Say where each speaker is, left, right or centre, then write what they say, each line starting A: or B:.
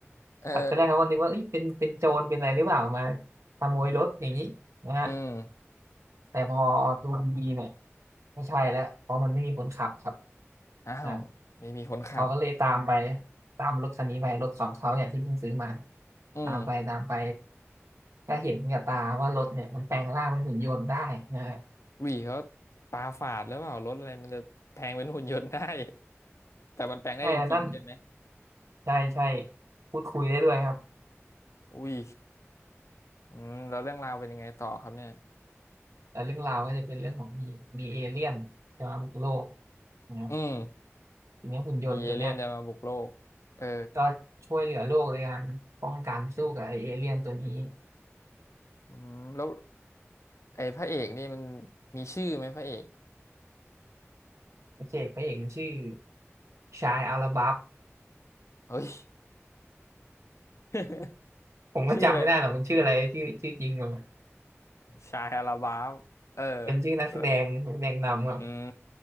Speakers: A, on the left (about 75°); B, on the right (about 75°).
A: เออ
B: ครับตอนแรกเขาก็นึกว่าเอ้ยเป็นเป็นโจรเป็นอะไรหรือเปล่ามาขโมยรถอย่างนี้นะฮะ
A: อืม
B: แต่พอดูดีๆเนี่ยไม่ใช่แล้วเพราะมันไม่มีคนขับครับ
A: อ้าวไม่มีคนขับ
B: อ่าเขาก็เลยตามไปตามรถคันนี้ไปรถของเขาเนี่ยที่เพิ่งซื้อมาเนี่ย
A: อืม
B: ตามไปตามไปก็เห็นกับตาว่ารถเนี่ยมันแปลงร่างเป็นหุ่นยนต์ได้นะฮะ
A: วีเขาตาฝาดหรือเปล่ารถอะไรมันจะแปลงเป็นหุ่นยนต์ได้ <laughs> แต่มันแปลงได้จริงๆใช่ไหม
B: ใช่แล้วนั่นใช่ใช่พูดคุยได้ด้วยครับ
A: อุ้ยอืมแล้วเรื่องราวเป็นยังไงต่อครับเนี่ย
B: แล้วเรื่องราวก็จะเป็นเรื่องของมีมีเอเลี่ยนจะมาบุกโลกนะครับ
A: อืม
B: ทีนี้หุ่นยนต์ตัวเนี้ย
A: มีเอเลี่ยนจะมาบุกโลกเออ
B: ก็ช่วยเหลือโลกในการป้องกันสู้กับไอเอเลี่ยนตัวนี้
A: อืมแล้วไอ้พระเอกนี่มันมีชื่อไหมพระเอก
B: พระเอกพระเอกมันชื่อชายอาราบัฟ
A: เฮ้ย <laughs>
B: ผมก็จำไม่ได้หรอกมันชื่ออะไรชื่อชื่อจริงมัน
A: ชื่ออะไรชายอาราบาฟเออ
B: เป็นชื่อนักแสดงนักแสดงนำครับ
A: แล้วอืม